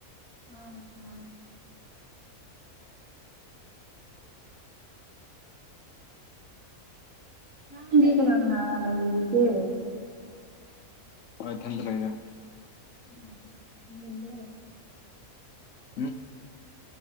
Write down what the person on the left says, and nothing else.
ꯍꯣꯏ ꯊꯟꯗ ꯂꯩꯅ
<unintelligible>